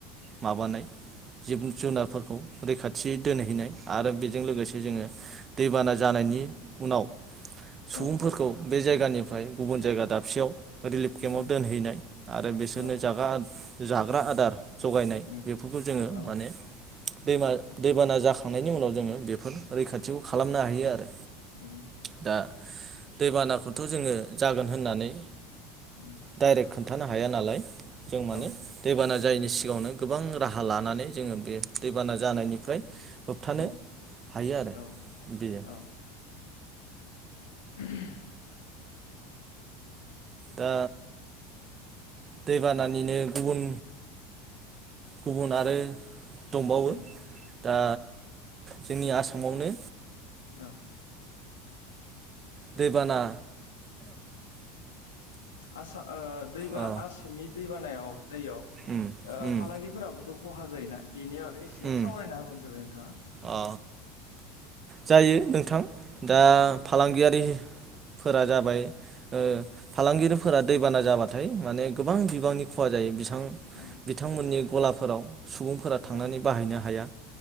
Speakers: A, on the right; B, on the left.
A: माबानाय जिब जुनारफोरखौ रैखाथियै दोनहैनाय आरो बेजों लोगोसे जोङो दैबाना जानायनि उनाव सुबुंफोरखौ
B: औ
A: बे जायगानिफ्राय गुबुन जायगा दाबसेयाव रिलिफ केम्पमद
B: उम
A: दोनहैनाय आरो बिसोरनो
B: औ
A: जागा जाग्रा आदार जगायनाय
B: उम
A: बेफोरखौ जोङो
B: औ
A: माने दैमा दैबाना जाखांनायनि उनाव जोङो बेफोर रैखाथिखौ खालामनो हायो आरो
B: उम
A: दा दैबानाखौथ' जोङो जागोन होननानै
B: ओम
A: डाइरेक्ट खोन्थानो हाया नालाय जों माने
B: औ
A: दैबाना जा जायनि सिगाङावनो गोबां राहा लानानै जोङो बे दैबाना जानायनिफ्राय होबथानो
B: उम
A: हायो आरो
B: औ
A: बेयो
B: औ <inaudible>
A: दा दैबानानिनो गुबुन गुबुन आरो दंबावो
B: उम
A: दा
B: औ
A: जोंनि आसामावनो
B: औ
A: दैबाना
B: आसा ओ दैबा
A: अ
B: आसामनि दैबानायाव नैयाव
A: उम उम
B: फालांगिफोराबोथ' खहा जायोना बेनि बागै एसे
A: उम
B: सावरायना होबानो जाबाय नोंथाङा
A: अ जायो नोंथां दा
B: उम
A: फालांगियारि फोरा जाबाय ओ फालांगिरिफोरा दैबाना जाबाथाय माने गोबां बिबांनि खहा जायो बिस बिथां
B: उम
A: बिथांमोननि गलाब फोराव सुबुंफोरा थांनानै
B: औ
A: बाहायनो हाया